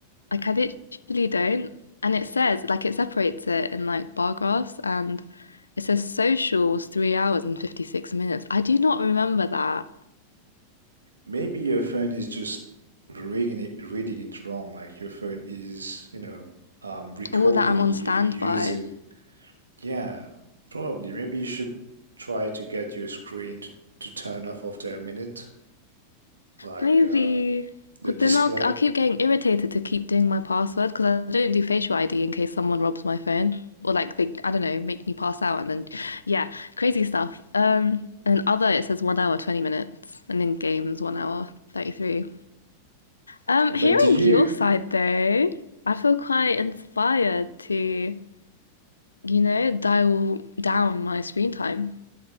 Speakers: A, on the left (about 75°); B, on the right (about 75°).
A: Like, I literally don't. And it says, like, it separates it in like bar graphs and it says social was three hours and 56 minutes. I do not remember that.
B: Maybe your phone is just reading it, reading it wrong. Like your phone is, you know, um, recording
A: All that I'm on
B: you
A: standby.
B: using. Yeah, probably. Maybe you should try to get your screen to, to turn off after a minute, like
A: Maybe.
B: uh, the
A: But
B: display.
A: then I'll I'll keep getting irritated to keep doing my password because I don't do facial ID in case someone robs my phone or like they I don't know make me pass out and then yeah crazy stuff. Um, and other it says one hour twenty minutes and then games one hour thirty three. Um, hearing
B: But do you
A: your side though, I feel quite inspired to you know dial down my screen time.